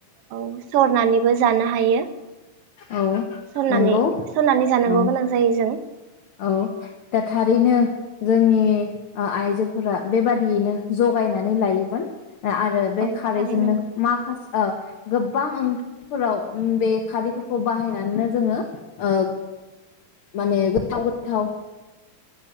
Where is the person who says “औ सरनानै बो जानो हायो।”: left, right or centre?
Right